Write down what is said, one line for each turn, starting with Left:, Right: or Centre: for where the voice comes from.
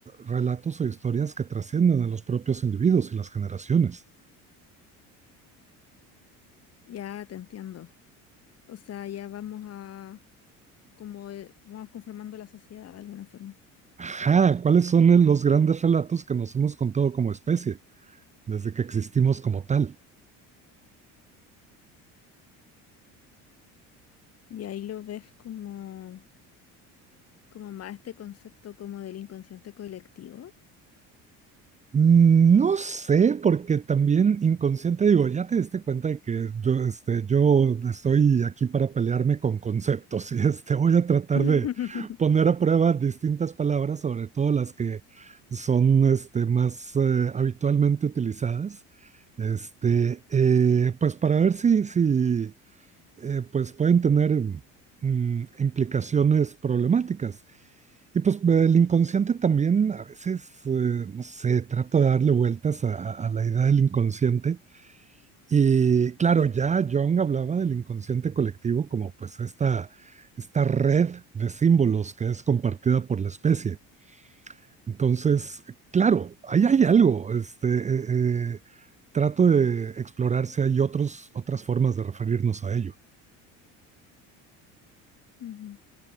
Right: relatos o historias que trascienden a los propios individuos y las generaciones.
Left: Ya te entiendo. O sea, ya vamos a como eh, vamos conformando la sociedad de alguna forma.
Right: Ajá, ¿cuáles son los grandes relatos que nos hemos contado como especie desde que existimos como tal?
Left: Y ahí lo ves como, como más este concepto como del inconsciente colectivo.
Right: Mm, No sé, porque también inconsciente digo, ya te diste cuenta de que yo, este, yo estoy aquí para pelearme con conceptos <laughs> y este, voy a tratar
Left: <laughs>
Right: de poner a prueba distintas palabras, sobre todo las que son este, más eh, habitualmente utilizadas, este, eh, pues para ver si, si, eh, pues pueden tener mm, implicaciones problemáticas. Y pues el inconsciente también a veces, eh, no sé, trata de darle vueltas a, a, la idea del inconsciente. Y claro, ya Jung hablaba del inconsciente colectivo como pues esta, esta red de símbolos que es compartida por la especie. Entonces, claro, ahí hay algo. Este, eh, eh, trato de explorar si hay otros, otras formas de referirnos a ello.
Left: Ujú.